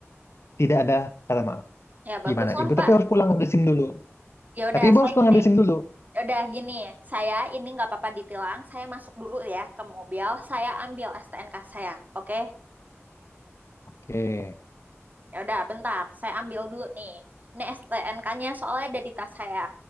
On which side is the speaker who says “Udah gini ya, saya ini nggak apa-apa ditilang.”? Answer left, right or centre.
Right